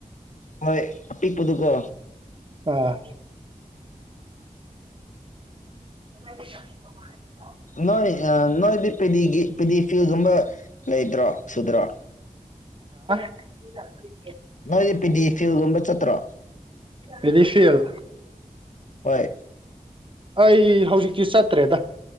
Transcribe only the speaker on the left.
ꯍꯣꯏ ꯑꯄꯤꯛꯄꯗꯨꯀꯣ
ꯅꯣꯏ ꯑ ꯅꯣꯏꯗꯤ ꯄꯦꯗꯤ ꯄꯦꯗꯤ ꯐꯤꯒꯨꯝꯕ ꯂꯩꯇ꯭ꯔꯣ ꯁꯨꯗ꯭ꯔꯣ
ꯅꫭꯏꯗꯤ ꯄꯤꯗꯤ ꯐꯤꯜꯒꯨꯝꯕ ꯆꯠꯇ꯭ꯔꯣ
ꯍꯣꯏ